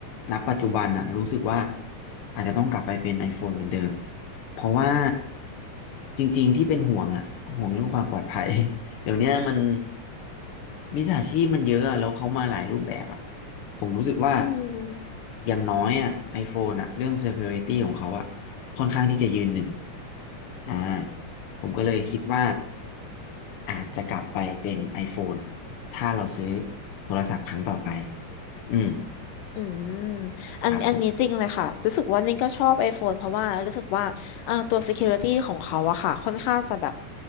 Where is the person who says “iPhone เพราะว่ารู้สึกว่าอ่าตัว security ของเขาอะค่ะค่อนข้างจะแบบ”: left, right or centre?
Left